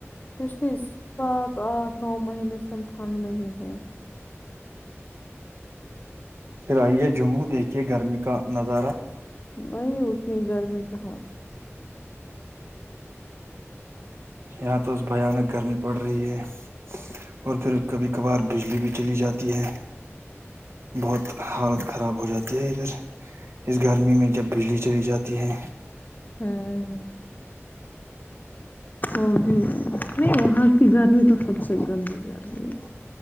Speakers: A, on the left; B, on the right.
A: پچھلی سات آٹھ نو <unintelligible> مہینے سے ہم ٹھنڈ میں ہی ہے <unintelligible>
B: پھر آئیے جموں دیکھیے گرمی کا نظارہ
A: نہیں اتنی گرمی کہاں <unintelligible>
B: یہاں تو اس بانک گرمی پڑ رہی ہے اور پھر کبھی کبھار بجلی بھی چلی جاتی ہے بہت حالت خراب ہو جاتی ہے ادھر اس گرمی میں جب بجلی چلی جاتی ہے
A: ہوں <unintelligible> وہ بھی نہیں وہاں کی گرمی تو سب سے گندی گرمی ہے